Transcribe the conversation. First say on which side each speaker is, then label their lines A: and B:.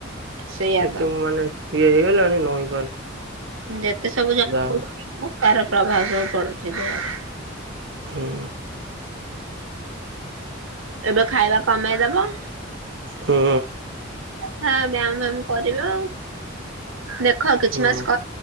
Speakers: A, on the right; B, on the right.
A: ସେଇଆ
B: ଏତ
A: ତ
B: ମାନେ ଇଏ ହେଇଗଲାଣି ନଇ
A: ଯେତେ ସବୁ ଜ
B: ହବ
A: ତାର ପ୍ରଭାବ ସବୁ ପଡୁଛି ଦେହରେ।
B: ହୁଁ।
A: ଏବେ ଖାଇବା କମେଇଦବ?
B: ହୁଁ।
A: ହ ବ୍ୟାୟାମ ଫ୍ୟାମ କରିବା ଦେଖ କିଛି
B: ହୁଁ ହୁଁ
A: ମାସିବ